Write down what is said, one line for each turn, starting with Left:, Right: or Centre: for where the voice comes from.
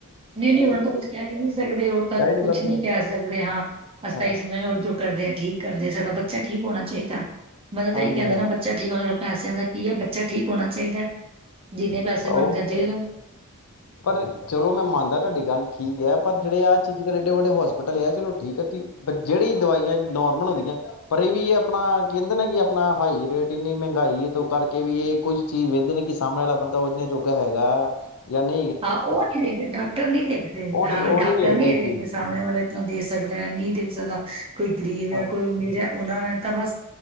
Right: ਨਹੀਂ ਨਹੀਂ ਉਹਨਾਂ ਨੂੰ ਤਾਂ ਕੁਛ ਕਹਿ ਹੀ ਨਹੀਂ ਸਕਦੇ ਉਹ
Left: ਕਿਆ
Right: ਤਾਂ
Left: ਹੀ
Right: ਕੁਛ
Left: ਕਰਦੇ
Right: ਨਹੀਂ ਕਹਿ ਸਕਦੇ ਹਾਂ ਅਸੀਂ
Left: ਹਾਂ
Right: ਇਹੀ ਸਮਝਗੇ ਜੋ ਕਰ ਕਰਦੇ ਆ ਠੀਕ ਕਰਦੇ ਆ ਸਾਡਾ ਬੱਚਾ ਠੀਕ ਹੋਣਾ ਚਾਹੀਦਾ ਮਤਲਬ ਤਾਂ
Left: ਹਾਂਜੀ
Right: ਇਹ ਕਹਿੰਦੇ ਨਾ ਬੱਚਾ ਠੀਕ ਹੋਣਾ ਪੈਸਿਆਂ ਦਾ ਕੀ ਹੈ ਬੱਚਾ ਠੀਕ ਹੋਣਾ ਚਾਹੀਦਾ ਜਿੰਨੇ ਪੈਸੇ
Left: ਹਾਂਜੀ
Right: ਬਣਦੇ ਆ ਦੇ ਦੋ
Left: ਪਰ ਚਲੋ ਮੈਂ ਮੰਨਦਾ ਤੁਹਾਡੀ ਗੱਲ ਠੀਕ ਹੈ ਪਰ
Right: ਦੋ
Left: ਜਿਹੜੇ ਆਹ ਚੀਜ਼ ਕਰੇ ਅਤੇ ਬਹੁਤ ਸੁਆਦ ਆਉਂਦਾ ਸੀ। ਵੱਡੇ ਹੋਸਪਿਟਲ ਆ ਚਲੋ ਠੀਕ ਆ ਤੁਂ ਜਿਹੜੀ ਹੀ ਦਵਾਈਆਂ ਨੋਰਮਲ ਹੁੰਦੀਆਂ ਪਰ ਇਹ ਵੀ ਇਹ ਆਪਣਾ ਕਹਿੰਦੇ ਸਨ। ਕਿ ਆਪਣਾ ਹਾਈ ਰੇਟ ਇੰਨੀ ਮਹਿੰਗਾਈ ਤੋਂ ਕਰਕੇ ਵੀ ਇਹ ਕੁੱਝ ਚੀਜ਼ ਵਹਿੰਦੇ ਨੇ ਕਿ ਸਾਹਮਣੇ ਵਾਲਾ ਬੰਦਾ ਉਹਨੇ ਜੋ ਹੈ। ਹੈਗਾ ਯਾਨੀ ਕਿ ਸਿਕਰੀ ਤੋਂ ਛੁਟਕਾਰਾ ਪਾਉਣ।
Right: ਹਾਂ ਉਹ ਨਹੀ ਦੇਖਦੇ ਡਾਕਟਰ ਨਹੀ ਦੇਖਦੇ
Left: ਉਹ ਨੀ
Right: ਹਾਂ
Left: ਉਹ
Right: ਡਾਕਟਰ
Left: ਨੀ ਵੇਖਦੇ
Right: ਨਹੀ
Left: ਇਹ ਚੀਜ਼
Right: ਦੇਖਦੇ ਸਾਹਮਣੇ ਵਾਲਾ ਇਤ ਦੇਖ ਸਕਦਾ ਸੀ। ਮ ਦੇਖ ਸਕਦਾ ਕੋਈ ਗਰੀਬ ਹੈ
Left: ਹਾਂ
Right: ਕੋਈ ਅਮੀਰ ਹੈ ਉਹਨਾਂ ਨੇ ਤਾਂ ਬਸ